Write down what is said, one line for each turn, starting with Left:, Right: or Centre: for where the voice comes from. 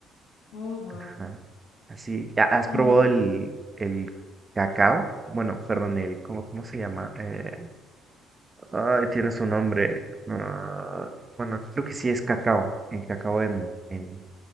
Left: oh, wow.
Right: Ajá. Así, ¿ha- ¿has
Left: Y
Right: probado el, el cacao? Bueno, perdón, el, ¿cómo, cómo se llama? Eh, ay, tiene su nombre. ah, bueno, creo que sí es cacao, en cacao en, en